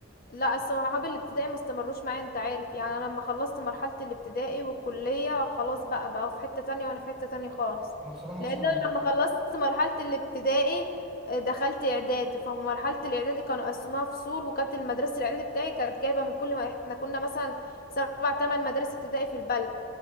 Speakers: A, on the left; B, in the centre.
A: لا صحابي الابتدائي ما استمروش معايا انت عارف يعني انا لما خلصت مرحلة الابتدائي والكلية خلاص بقى بقى في حتة تانية وانا في حتة تانية خالص
B: انا بصراحه
A: لان
B: اصلا من...
A: انا لما خلصت مرحلة الابتدائي آه، دخلت اعدادي فمرحلة الاعدادي كانوا قسموها فصول وكانت المدرسة الاعدادي بتاعي كانت جايبة من كل ما احنا كنا مثلا سبع تمن مدارس ابتدائي في البلد